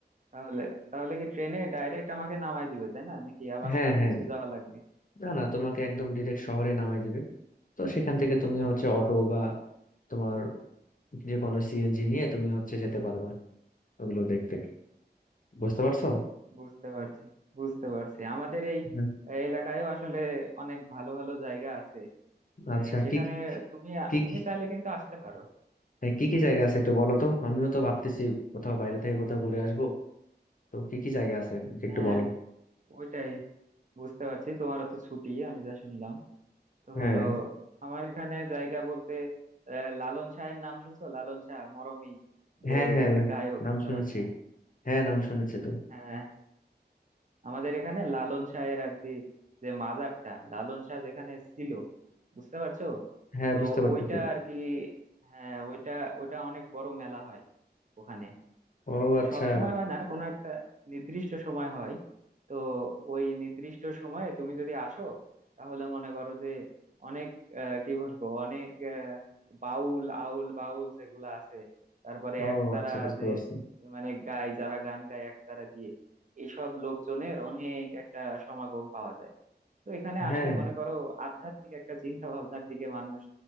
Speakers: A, on the right; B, on the left.
A: তাহলে তাহলে কি ট্রেনে ডাইরেক্ট আমাকে নামায় দিবে তাই না নাকি আবার
B: হ্যাঁ
A: সামনে
B: হ্যাঁ হ্যাঁ
A: কিছু যাওয়া লাগবে
B: না না তোমাকে একদম ডিরেক্ট শহরে নামাই দিবে তো সেখান থেকে তুমি হচ্ছে অটো বা তোমার যে কোনো সিএনজি নিয়ে তুমি হচ্ছে যেতে পারবা ওগুলো দেখতে বুঝতে পারছো
A: বুঝতে পারছি বুঝতে পারছি আমাদের এই
B: হুম।
A: এলাকায়ও আসলে অনেক ভালো ভালো জায়গা আছে আহ,
B: আচ্ছা
A: সেখানে
B: কি
A: তুমি
B: কি
A: তুমি
B: কি
A: চাইলে কিন্তু আসতে পারো
B: হ্যাঁ, কি কি জায়গা আছে একটু বলো তো আমিও তো ভাবতেছি কোথাও বাইরে থেকে কোথাও ঘুরে আসবো তো কি কি জায়গা আছে একটু
A: হ্যাঁ
B: বলো
A: ওইটাই বুঝতে পারছি তোমারও তো ছুটি আমি যা শুনলাম তো
B: হ্যাঁ
A: হলো আমার এখানে জায়গা বলতে আহ, লালন শাহের নাম শুনছো লালন শাহ মরমী যে
B: হ্যাঁ হ্যাঁ লা-
A: গায়ক
B: নাম
A: লালন
B: শুনেছি
A: শাহ
B: হ্যাঁ নাম শুনেছি তো
A: হ্যাঁ আমাদের এখানে লালন শাহের আর কি যে মাজারটা লালন শাহ যেখানে ছিল বুঝতে পারছো
B: হ্যাঁ
A: তো
B: বুঝতে পারতেছি
A: ওইটা আর কি হ্যাঁ ওইটা ওইটা অনেক বড় মেলা হয় ওখানে
B: ও
A: তো
B: আচ্ছা
A: সব সময় হয় না কোনো একটা নির্দিষ্ট সময় হয় তো ওই নির্দিষ্ট সময়ে তুমি যদি আসো তাহলে মনে করো যে অনেক আহ, কি বলবো অনেক আহ, বাউল আউল বাউল যেগুলো আছে তারপরে
B: ও
A: একতারা
B: আচ্ছা বুঝতে
A: যে
B: পারছি
A: মানে গায় যারা গান গায় একতারা দিয়ে এইসব লোকজনের অনেক একটা সমাগম পাওয়া যায় তো এখানে
B: হ্যাঁ
A: আসলে মনে করো আধ্যাত্মিক একটা চিন্তা ভাবনার দিকে মানুষ